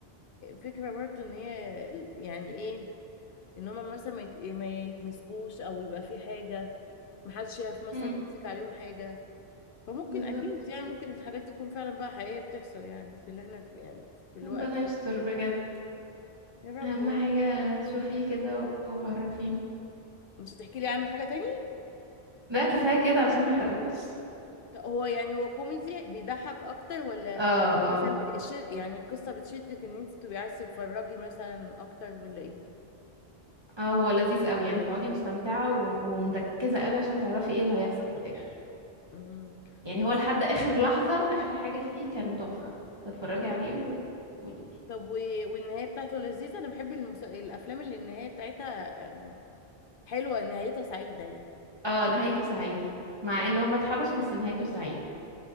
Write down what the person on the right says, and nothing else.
امم
بالظبط
ربنا
يستر
بجد
أهم
حاجة شوفيه كده وعرفيني
لا كفاية كده عشان ما احرقوش
اه اه
اه هو لذيذ قوي يعني هتقعدي مستمتعة و- ومركزة قوي عشان تعرفي ايه اللي هيحصل في الآخر
يعني
هو لحد آخر لحظة آخر حاجة فيه كان تحفة فاتفرجي
عليه وقولي
اه نهايته سعيدة مع ان هما اتحبسوا بس نهايته سعيدة